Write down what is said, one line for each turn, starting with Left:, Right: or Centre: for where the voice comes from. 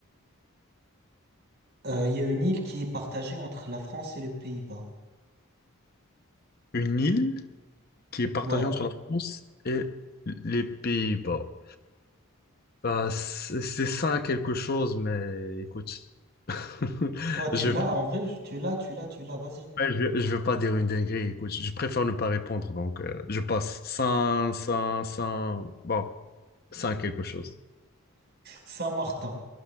Right: Euh, Il y a une île qui est partagée entre la France et les Pays-Bas.
Left: Une île? qui est partagé
Right: Ouais.
Left: entre la France et les Pays-Bas. Bah, c'est c'est ça quelque chose, mais écoute, <laughs>
Right: Ouais, tu
Left: je,
Right: l'as,
Left: ouais,
Right: en vrai, tu l'as, tu l'as, tu l'as, vas-y.
Left: je, je veux pas dire une dinguerie, écoute, je préfère ne pas répondre, donc euh, je passe. Saint, Saint, Saint, bon, Saint quelque chose.
Right: Saint-Martin,